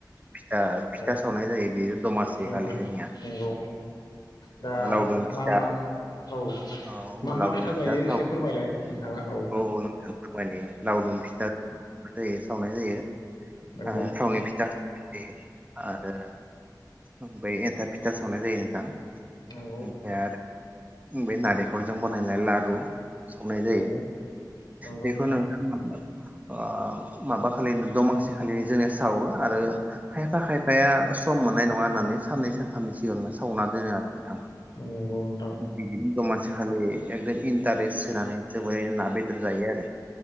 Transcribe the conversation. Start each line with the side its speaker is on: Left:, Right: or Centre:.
Right: फिथा
Left: औ
Right: फिथा सावनाय जायो बेयो दमासि
Left: औ
Right: खालि जोंनिया
Left: नंगौ दा
Right: ओ लावदुम फिथा
Left: मा मा औ
Right: औ
Left: मा मा
Right: लावदुम
Left: फिथा जायो एसे
Right: थाव
Left: फोरमायलाय
Right: औ
Left: नोंथाङा औ
Right: नोंथां फोरमायनो लावदुम फिथा जायो सावनाय जायो
Left: नंगौ
Right: ओ थावनि फिथा बिब्दि आरो ओमफ्राय एन्थाब फिथा सावनाय जायो नोंथां
Left: नंगौ
Right: इनिफ्राय आरो बे नारेंखलजों बनायनाय लारु संनाय जायो
Left: नंगौ नंगौ
Right: बेखौ
Left: नोंथां
Right: नोंथांमोना ओ माबा खालि दमांसि खालि जोंनिया सावो आरो खायफा खायफाया सम मोननाय नङा होननानै साननै सानथामनि सिगांनो सावना दोनो आरो नोंथां
Left: नंगौ नोंथां
Right: बिदिनो दमासि खालि <unintelligible> इन्टारेस्ट होनानै जोबोरै ना बेदर जायो आरो